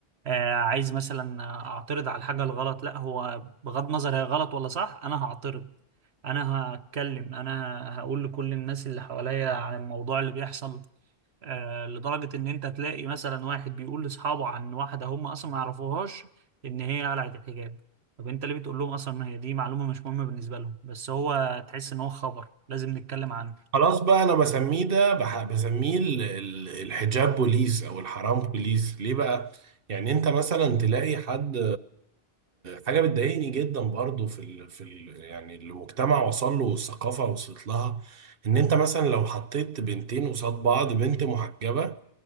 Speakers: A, on the right (about 85°); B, on the right (about 65°).
A: آه، عايز مثلا أعترض على الحاجة الغلط لا هو بغض النظر هي غلط ولا صح أنا هعترض أنا هتكلم أنا هقول لكل الناس اللي حواليا عن الموضوع اللي بيحصل آه، لدرجة إن أنت تلاقي مثلا واحد بيقول لأصحابه عن واحدة هم أصلا ما يعرفوهاش إن هي قلعت الحجاب طب أنت ليه بتقول لهم أصلا إن هي دي معلومة مش مهمة بالنسبة لهم بس هو تحس إن هو خبر لازم نتكلم عنه
B: خلاص بقى انا بسميه ده بح- بسميه ال- ال- الحجاب بوليس او الحرام بوليس ليه بقى يعني انت مثلا تلاقي حد حاجة بتضايقني جدا برضو في ال... في ال... يعني المجتمع وصل له والثقافة وصلت لها ان انت مثلا لو حطيت بنتين قصاد بعض بنت محجبة